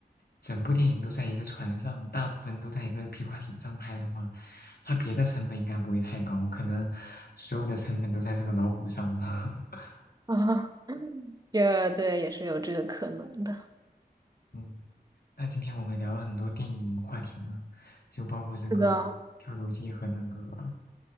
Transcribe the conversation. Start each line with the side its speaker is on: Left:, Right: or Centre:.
Left: 整部电影都在一个船上，大部分都在一个皮划艇上拍的话，他别的成本应该不会太高，可能所有的成本都在这个老虎上了。<laughs>
Right: <laughs> 啊，也对，也是有这个可能的。
Left: 嗯，那今天我们聊了很多电影话题呢，就包括这个
Right: 是的，
Left: 《漂流记》和那个